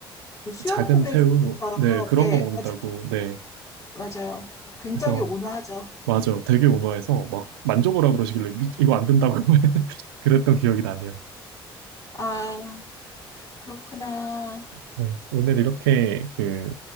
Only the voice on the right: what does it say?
작은 새우,
뭐, 네, 그런
거 먹는다고,
네.
그래서,
맞아요. 되게 온화해서 막 만져보라 그러시길래 미- 이거 안 된다고 <laughs> 그랬던 기억이 나네요.
네, 오늘 이렇게 그